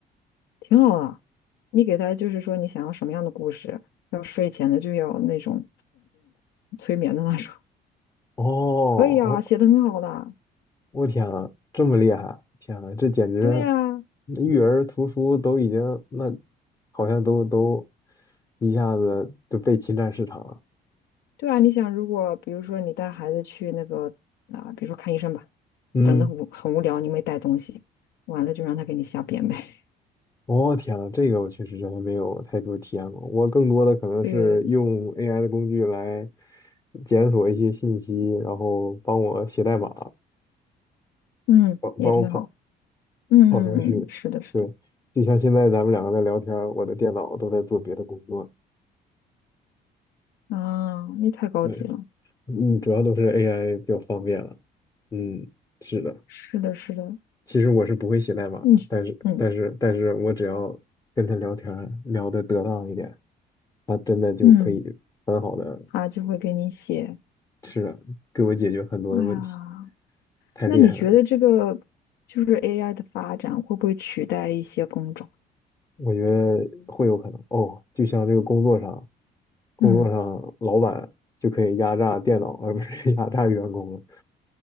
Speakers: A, on the left; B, on the left.
A: 挺好的。你给他就是说你想要什么样的故事，要睡前的就要那种催眠的那种，
B: 哦，
A: 可以啊，
B: 我
A: 写的很好的。
B: 我天呐，这么厉害！天呐，这简直
A: 对呀，
B: 育儿图书都已经那好像都都一下子就被侵占市场了。
A: 对啊，你想如果比如说你带孩子去那个啊、比如说看医生吧，
B: 嗯。
A: 等的无很无聊，你没带东西，完了就让他给你瞎编呗。
B: 哦，天呐，这个我确实真的没有太多体验过。我更多的可能是用
A: <laughs> 对，
B: AI 的工具来检索一些信息，然后帮我写代码，
A: 嗯，
B: 帮帮我跑
A: 也挺好。嗯，
B: 跑程序。
A: 是的，是的，
B: 对，就像现在咱们两个在聊天儿，我的电脑都在做别的工作。
A: 啊，那太高级了。
B: 对，嗯，主要都是 AI 比较方便了。嗯，是的。
A: 是的，是的，
B: 其实我是不会写代码，
A: 你嗯
B: 但是但是但是我只要跟他聊天儿，聊得得当一点，他真的就可以很好的。
A: 嗯。它就会给你写。
B: 是的，给我解决很多的问题，
A: 哎呀，
B: 太厉害了。
A: 那你觉得这个就是 AI 的发展会不会取代一些工种？
B: 我觉得会有可能哦，就像这个工作上，工作上老板就可以压榨电脑，
A: 嗯，
B: 而不是 <laughs> 压榨员工了。